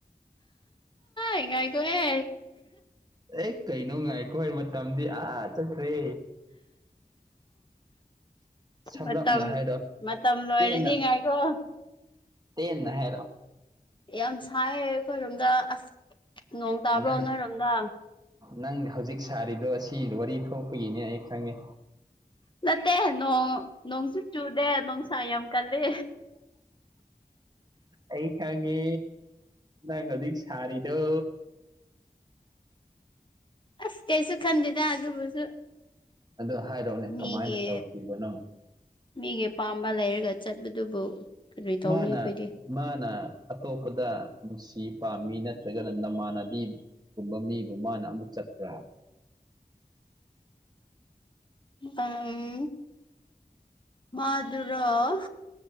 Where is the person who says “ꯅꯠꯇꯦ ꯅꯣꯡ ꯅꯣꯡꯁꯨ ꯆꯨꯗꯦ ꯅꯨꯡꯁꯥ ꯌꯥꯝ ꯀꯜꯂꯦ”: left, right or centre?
Left